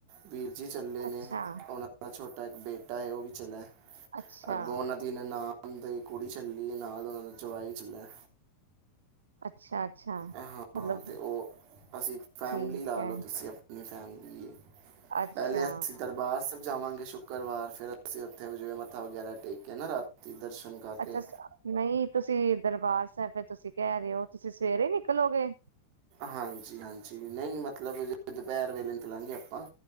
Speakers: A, on the right; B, on the right.
A: ਵੀਰ ਜੀ ਚੱਲੇ ਨੇ,
B: ਅੱਛਾ
A: ਉਹਨਾਂ ਦਾ ਛੋਟਾ ਇੱਕ ਬੇਟਾ ਹੈ, ਉਹ ਵੀ ਚੱਲਿਆ।
B: ਅੱਛਾ
A: ਅੱਗੋਂ ਉਹਨਾਂ ਦੀ ਨਨਾਨ ਦੀ ਕੁੜੀ ਚੱਲੀ ਏ ਨਾਲ ਉਹਨਾਂ ਦਾ ਜਵਾਈ ਚੱਲਾ।
B: ਅੱਛਾ- ਅੱਛਾ
A: ਹਾਂ,
B: ਮਤਲਬ
A: ਅਤੇ ਉਹ, ਅਸੀਂ ਫੈਮਿਲੀ
B: ਠੀਕ
A: ਲਾ
B: ਹੈ
A: ਲਓ ਤੁਸੀਂ ਆਪ ਆਪਣੀ ਫੈਮਲੀ
B: ਅੱਛਾ
A: ਪਹਿਲੇ ਬਾਹਰ ਸਭ ਜਾਵਾਂਗੇ ਸ਼ੁੱਕਰਵਾਰ, ਫੇਰ ਅਸੀਂ ਉੱਥੇ ਜਿਵੇਂ ਮੱਥਾ ਵਗੈਰਾ ਟੇਕ ਕੇ ਨਾ, ਰਾਤੀ ਦਰਸ਼ਨ ਕਰਕੇ
B: ਅੱਛਾ, ਨਹੀਂ ਤੁਸੀਂ ਦਰਬਾਰ ਸਾਹਿਬ ਤੁਸੀਂ ਕਹਿ ਰਹੇ ਹੋ, ਤੁਸੀਂ ਸਵੇਰੇ ਨਿਕਲੋਗੇ?
A: ਹਾਂਜੀ- ਹਾਂਜੀ ਨਹੀਂ ਮਤਲਬ ਜ ਦੁਪਹਿਰ ਵੇਲੇ, ਨਿਕਲਗੇ ਆਪਾਂ